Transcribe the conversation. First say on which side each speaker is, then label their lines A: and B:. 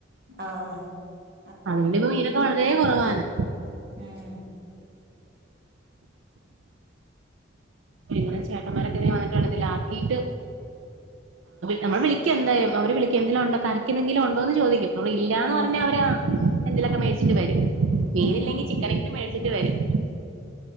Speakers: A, on the right (about 55°); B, on the right (about 85°).
A: ആ ആ
B: അതുകൊണ്ട് ഇപ്പം മീനൊക്കെ വളരെ കുറവാണ്
A: ഉം
B: ഇങ്ങനെ ചേട്ടന്മാരൊക്കെ വന്നിട്ടുണ്ടെങ്കില് ആക്കിയിട്ട് നമ്മൾ വിളിക്കും എന്തായാലും അവര് വിളിക്കും എന്തെല്ലാം ഉണ്ടക്കാൻ കറിക്കു എന്തെങ്കിലും ഉണ്ടോ എന്ന് ചോദിക്കും നമ്മള് ഇല്ലാന്ന്
A: ഉം
B: പറഞ്ഞാ അവരാ എന്തിലൊക്കെ മേടിച്ചിട്ട് വരും മീനില്ലെങ്കി
A: ഉം ഉം
B: ചിക്കനെങ്കിലും മേടിച്ചിട്ട് വരും